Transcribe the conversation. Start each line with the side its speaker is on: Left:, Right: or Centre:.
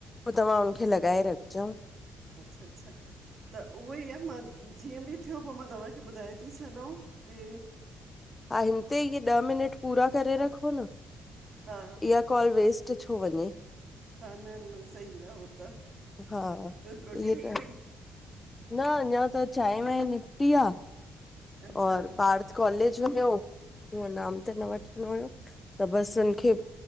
Left: पो तव्हां हुनखे लॻाए रखजो।
Right: अच्छा अच्छा त उहो ई आ मां जीअं बि थियो पो मां तव्हांखे ॿुधाए ती छॾाऊं कि
Left: हा हिन ते इहे ॾह मिनट पूरा करे
Right: हा
Left: रखो न
Right: हा
Left: इहा कॉल वेस्ट छो वञे।
Right: हा न न सही आ हो त
Left: हा
Right: ॿियो रोटी
Left: इहे
Right: ठही
Left: त
Right: वई
Left: न अञा त चांहि वाहि निपटी आ।
Right: अच्छा
Left: और पार्थ कॉलेज बि वियो, इएं नाम त न वठ त बसि हुनखे